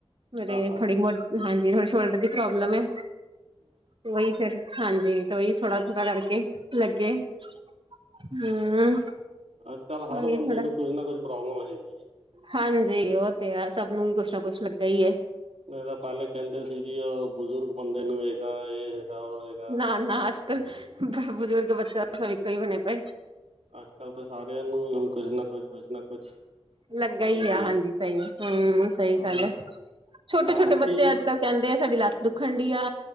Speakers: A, on the right; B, on the right.
A: ਮੇਰੇ
B: ਹਾਂ
A: ਥੋੜੀ ਮੋਡ ਹਾਂਜੀ ਥੋੜੀ ਸ਼ੋਲਡਰ ਦੀ ਪ੍ਰੋਬਲਮ ਐ। ਓਈ ਫੇਰ ਹਾਂਜੀ, ਤੋ ਓਈ ਥੋੜਾ-ਥੋੜ੍ਹਾ ਕਰਕੇ ਲੱਗੇ। ਹੂੰ,
B: ਅੱਜ ਕੱਲ੍ਹ ਹਰ
A: ਓਈ
B: ਬੰਦੇ
A: ਥੋੜਾ
B: ਨੂੰ ਕੁਝ ਨਾ ਕੁਝ ਪ੍ਰੋਬਲਮ ਹੈਗੀ ਏ।
A: ਹਾਂਜੀ, ਓਹ ਤੇ ਐ। ਸਭ ਨੂੰ ਵੀ ਕੁਛ ਨਾ ਕੁਛ ਲੱਗਾ ਈ ਏ।
B: ਨਹੀਂ ਤਾਂ ਪਾਲੇ ਕੈੰਦੇ ਸੀਗੀ ਓਹ ਬਜ਼ੁਰਗ ਬੰਦੇ ਨੂੰ ਹੇਗਾ ਏਹ ਹੇਗਾ, ਓਹ ਹੈਗਾ।
A: ਅਨਾਥ ਕਲ ਬੁਜ਼ੁਰਗ ਬੱਚਾ ਸਭ ਇੱਕੋ ਈ ਬਣੇ ਪਏ।
B: ਅੱਜ-ਕੱਲ੍ਹ ਤੇ ਸਾਰਿਆਂ ਨੂੰ ਹੁਣ ਕੁਝ ਨਾ ਕੁਝ, ਕੁਛ ਨਾ ਕੁਛ
A: ਲੱਗਾ ਈ
B: ਹੈਗਾ
A: ਐ,
B: ਹੀ
A: ਹਾਂਜੀ ਸਹੀ ਐ। ਹੂੰ, ਸਹੀ
B: ਹਾਂ
A: ਗੱਲ ਐ। ਛੋਟੇ-ਛੋਟੇ
B: ਖਾਣ ਪੀਣ
A: ਬੱਚੇ ਅੱਜ-ਕੱਲ ਕੈੰਦੇ ਐ ਸਾਡੀ ਲੱਤ ਦੁੱਖਣ ਡੀ ਆ।